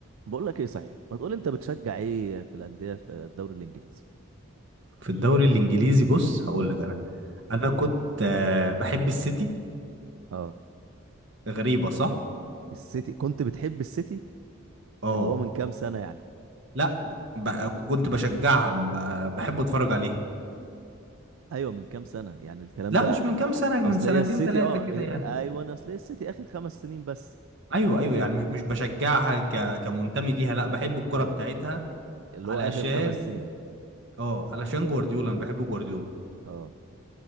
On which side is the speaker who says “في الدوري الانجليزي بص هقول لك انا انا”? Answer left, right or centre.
Right